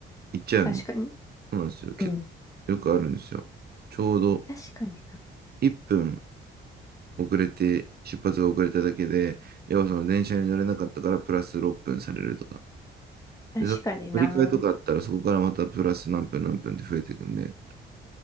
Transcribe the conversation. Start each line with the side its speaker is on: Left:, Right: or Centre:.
Right: 行っちゃうんで
Left: 確かに。
Right: そうなんですよ。結
Left: うん。
Right: 構よくあるんですよ。ちょうど
Left: 確かにな。
Right: 1分遅れて、出発が遅れただけで、要はその電車に乗れなかったからプラス6分されるとか。
Left: 確かにな。
Right: で、その乗り換えとかあったらそこからまたプラス何分何分って増えていくんで、